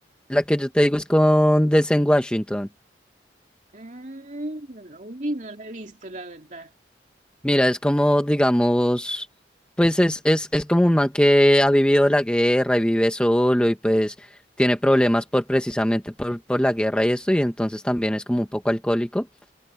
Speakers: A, in the centre; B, on the right.
A: la que yo te digo es con Denzel Washington.
B: Ah, uy, no la he visto, la verdad.
A: Mira, es como, digamos, pues es, es, es como un man que ha vivido la guerra y vive solo y pues tiene problemas por precisamente por, por la guerra y esto, y entonces también es como un poco alcohólico.